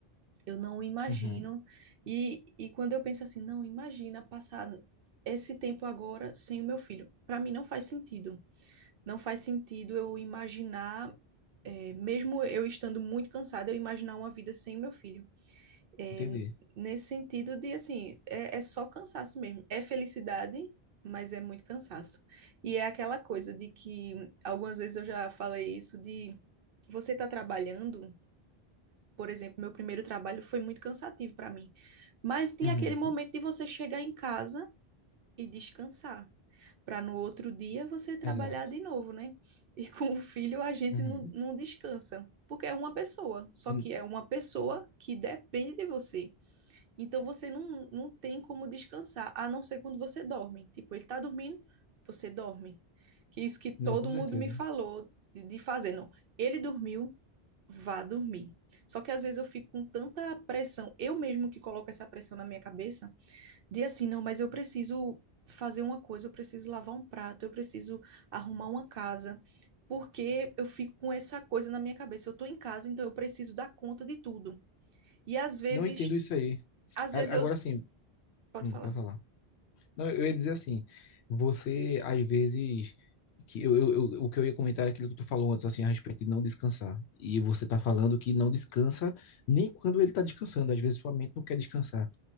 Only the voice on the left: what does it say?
Uhum,
entendi.
Uhum,
exato.
Uhum.
N-
Não, com certeza.
Não entendo isso aí.
A-
Agora
sim,
hum,
pode falar. Não, eu ia dizer assim, você às vezes que eu, eu- eu- o que eu ia comentar é aquilo que tu falou antes assim a respeito de não descansar. E você tá falando que não descansa nem quando ele tá descansando, às vezes sua mente não quer descansar.